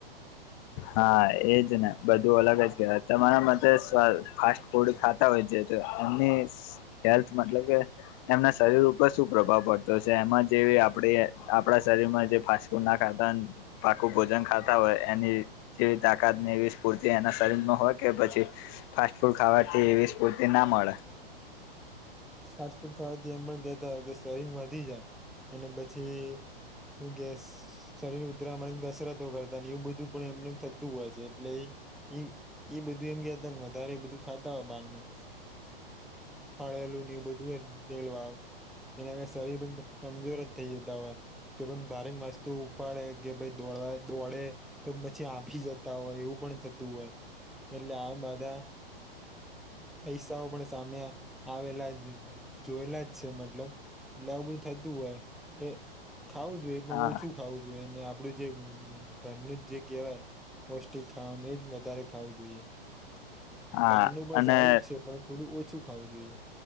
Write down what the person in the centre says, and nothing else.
ફાસ્ટ ફૂડ ખાવાથી એમ પણ કેતા હોય કે શરીર વધી જાય અને પછી હું ગેસ. શરીર ઉધરા મળને કસરતો કરતા ને એવું બધું પણ એમને થતું હોય છે એટલે એ એ એ બધું એમ <unintelligible> વધારે બધું ખાતા હો બહારનું હડેલું ને એવું બધું તેલ વાળું એના કારણે શરીર કમજોર જ થઈ જતા હોય. કે પણ ભારે વસ્તુ ઉપાડે કે ભાઈ દોડવા દોડે તો પછી હાંફી જતા હોય એવું પણ થતું હોય એટલે આ બધા પૈસ્સાઓ પણ સામે આવેલા જોયેલા જ છે મતલબ એટલે આવું બધું થતું હોય. એ ખાવું જોઈએ પણ
ઓછું ખાવું જોઈએ. અને આપડું જે ઘરનું જ જે કેવાય પૌષ્ટિક ખાવાનું એજ વધારે ખાવું જોઈએ.
બારનું પણ
સારું જ છે પણ થોડું ઓછું ખાવું જોઈએ.